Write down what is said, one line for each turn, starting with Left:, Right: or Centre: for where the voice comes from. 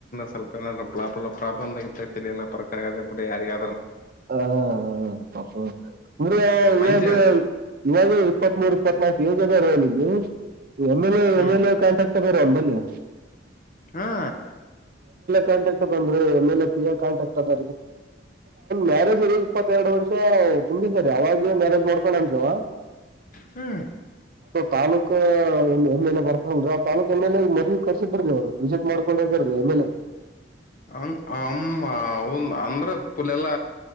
Left: ಸ್ವಲ್ಪ ನಾದಬ್ ಪ್ರಾಬ್ಲಮ್ ಆಗ ತಿಳಿಯಲ್ಲ ಪರಕ್ ಆಗದ ಬಿಡಿ ಯಾರಿಗ್
Right: ಹ ಹ ನ್ರ
Left: ಮಂಜ
Right: ಇವಾಗ ಇವಾಗ ಇಪ್ಪತ್ತ್ ಮೂೂರ್ ಇಪ್ಪತ್ನಾಕು ಏಜ ಅದಾರ ಹೇಳ ಎಯ್ ಎಮ ಎಲ್
Left: ಹ್ಮ್
Right: ಎಮ ಎಲ್ ಎ <unintelligible> <unintelligible>
Left: ಹಾ
Right: ಕಾಂಟಾಕ್ಟ್ ಬಂದ್ರೆ ಮಲೆ ಪಿ ಕಾಂಟಾಕ್ಟ್ ಅದ ರಿ ಮ್ಯಾರಜ ರಿ ಇಪ್ಪತ್ತೆರಡು ವರ್ಷ ತುಂಬ ಸರಿ ಅವಾಗ ನೀವ್ ಮ್ಯಾರೇಜ್ಮಾಡ್ಕೊಂಡನ್ರೀ ಆವಾ
Left: ಹ್ಮ
Right: ತಾಲೂಕ ಎಮ್ ಎಲೆ ಬರ್ತವಲ್ರರಿ ಆ ತಾಲೂಕ ಎಮ ಎಲೆ ಮದುವಿ ಕರ್ಸಿದ್ರಿ ಅವರು ವಿಸಿಟ್ ಮಾಡ್ಕೊಂಡರಿ ಹೋಗ್ಯರಿ ಎಮ್ ಎಲ್ ಎ
Left: ಹಂಗ ಅಮ್ಮ ಅವನ್ ಅಂದ್ರ ಪುಲೆಲ್ಲ